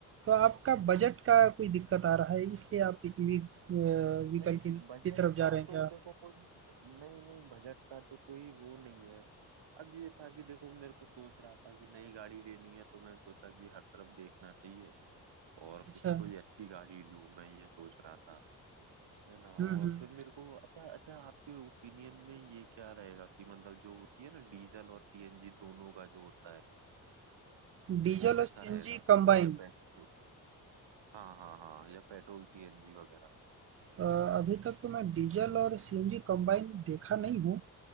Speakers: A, on the right; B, on the right.
A: तो आपका बजट का कोई दिक्कत आ रहा है इसलिए आप ईवी अ, व्हीकल
B: नहीं
A: की
B: बजट
A: की तरफ जा
B: का
A: रहे हैं
B: तो
A: क्या?
B: देखो कोई नहीं नहीं बजट का तो कोई वो नहीं है अब ये था कि देखो मेरे को सोच रहा था कि नई गाड़ी लेनी है तो मैं सोचा कि हर तरफ देखना चाहिए और
A: अच्छा।
B: किसी कोई अच्छी गाड़ी लूं मैं ये सोच रहा था है ना
A: हुँ,
B: और
A: हुँ।
B: फिर मेरे को अच्छा अच्छा आपके ओपिनियन में ये क्या रहेगा कि मतलब जो होती है ना डीजल और सीएनजी दोनों का जो होता है
A: डीजल
B: वो कैसा
A: और सीएनजी
B: रहेगा
A: कंबाइन
B: या पेट्रोल हाँ हाँ हाँ या पेट्रोल सीएनजी वगैरह
A: अ, अभी तक तो मैं डीजल और सीएनजी कंबाइन देखा नहीं हूँ।